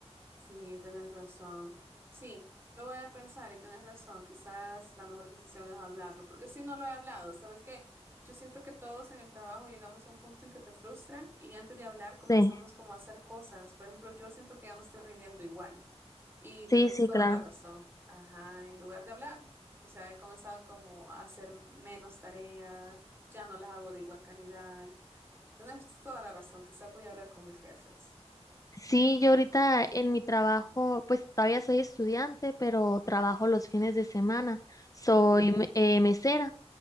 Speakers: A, on the right; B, on the left.
A: Sí, tienes razón. Sí, lo voy a pensar y tienes razón. Quizás la mejor decisión es hablarlo, porque si no lo he hablado, ¿sabes qué? Yo siento que todos en el trabajo llegamos a un punto en que te frustra y antes de hablar comenzamos
B: Sí,
A: como a hacer cosas. Por ejemplo, yo siento que ya no estoy rindiendo igual y
B: sí,
A: tienes
B: sí,
A: toda
B: claro.
A: la razón. Ajá, en lugar de hablar, o sea, he comenzado como a hacer menos tareas, ya no las hago de igual calidad. Tienes toda la razón. Quizás voy a hablar con mis jefes.
B: Sí, yo ahorita en mi trabajo, pues todavía soy estudiante, pero trabajo los fines de semana. Soy
A: Ujú,
B: me- eh, mesera.